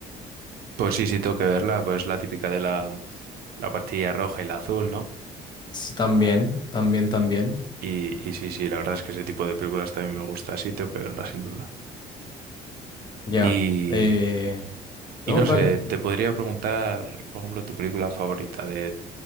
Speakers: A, on the right (about 65°); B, on the left (about 25°).
A: Pues sí, sí, tengo que verla, pues la típica de la, la pastilla roja y la azul, ¿no?
B: Sí, también, también, también.
A: Y, y sí, sí, la verdad es que ese tipo de películas también me gusta, sí, tengo que verla sin duda.
B: Ya.
A: Y,
B: eh,
A: y
B: No,
A: no
B: dale.
A: sé, te podría preguntar, por ejemplo, tu película favorita de